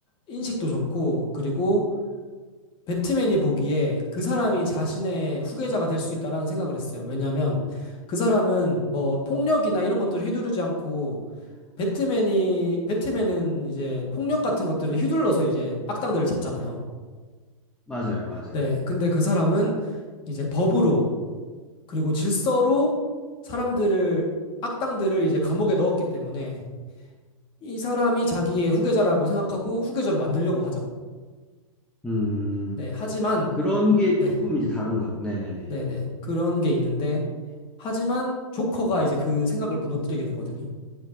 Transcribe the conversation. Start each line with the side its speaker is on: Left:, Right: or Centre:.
Left: 인식도 좋고 그리고 배트맨이 보기에 그 사람이 자신의 후계자가 될 수 있다라는 생각을 했어요. 왜냐하면 그 사람은 뭐 폭력이나 이런 것들을 휘두르지 않고 배트맨이 배트맨은 이제 폭력 같은 것들을 휘둘러서 이제 악당들을 잡잖아요.
Centre: 맞아요, 맞아요.
Left: 네, 근데 그 사람은 이제 법으로 그리고 질서로 사람들을 악당들을 이제 감옥에 넣었기 때문에 이 사람이 자기의 후계자라고 생각하고 후계자를 만들려고 하죠.
Centre: 음,
Left: 네, 하지만
Centre: 그런 게
Left: 네.
Centre: 조금 이제 다른 건, 네네네.
Left: 네네. 그런 게 있는데, 하지만 조커가 이제 그 생각을 무너뜨리게 되거든요.